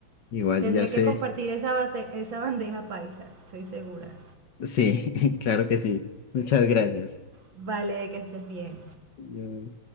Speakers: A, on the left (about 65°); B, on the right (about 80°).
A: Igual
B: Tendré
A: yo ya sé.
B: que compartir esa base, esa bandeja paisa, estoy segura.
A: Sí, <laughs> claro que sí. Muchas gracias.
B: Vale, que estés bien.
A: Ya.